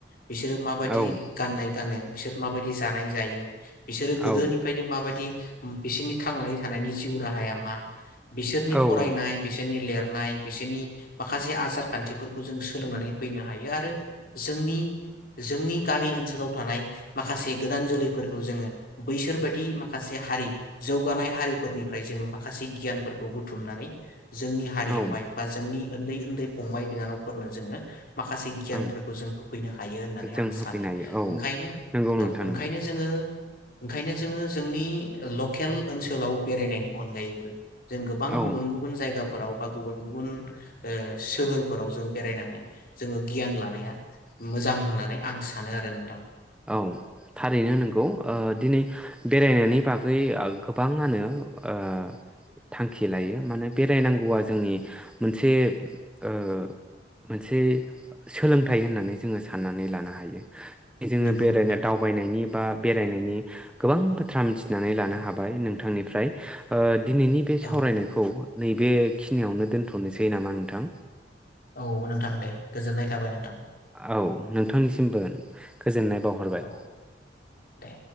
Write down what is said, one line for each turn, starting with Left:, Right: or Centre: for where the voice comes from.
Left: बिसोरो माबायदि
Centre: औ
Left: गाननाय गानो बिसोर माबायदि जानाय जायो? बिसोरो गोदोनिफ्रायनो
Centre: औ
Left: माबायदि बिसोरनि थांनानै थानायनि जिउ राहाया मा? बिसोरनि
Centre: औ
Left: फरायनाय
Centre: औ
Left: बिसोरनि लेर नाय बिसोरनि माखासे आसार खान्थिफोरखौ जों सोलोंनानै फैनो हायो आरो जोंनि जोंनि गामि ओनसोलाव थानाय माखासे गोदान जोलैफोरखौ जोङो बैसोरबायदि माखासे हारि जौगानाय हारि फोरनिफ्राय जोङो माखासे गियानफोरखौ खौ बुथुमनानै जोंनि हारियावहाय
Centre: औ
Left: बा जोंनि उन्दै उन्दै फंबाय बिनानावफोरनो जोङो माखासे गियानफोरखौ
Centre: ओं
Left: जों होफैनो हायो होननानै
Centre: जों
Left: आं
Centre: होफैनो
Left: सानो
Centre: हायो औ
Left: ओंखायनो
Centre: नंगौ नोंथां
Left: औ ओंखायनो
Centre: नंगौ
Left: जोङो ओंखायनो जोङो जोंनि ल खेल ओनसोलाव बेरायनायनि अनगायैबो जों गोबां गुबुन
Centre: औ
Left: गुबुन जायगा फोराव बा गुबुन गुबुन सोहोरफोराव जों बेरायनानै जोङो गियान लानाया मोजां होननानै आं सानो आरो नोंथां
Centre: औ थारैनो नोंगौ ओ दिनै बेरायनायनि बागै गोबाङानो ओ थांखि लायो माने बेरायनांगौआ जोंनि मोनसे ओ मोनसे सोलोंथाइ होननानै जोङो साननानै लानो हायो जोङो
Left: नंगौ
Centre: बेरायनो
Left: नोंथां।
Centre: दावबायनायनि बा बेरायनायनि गोबां बाथ्रा मिथिनानै लानो हाबाय नोंथांनिफ्राय ओ दिनैनि बे
Left: औ
Centre: सावरायनायखौ नैबेखिनियावनो दोनथ'नोसै नामा नोंथां
Left: औ नोंथां दे गोजोननाय थाबाय नोंथां
Centre: औ नोंथांनिसिमबो गोजोननाय बावहरबाय।
Left: औ दे।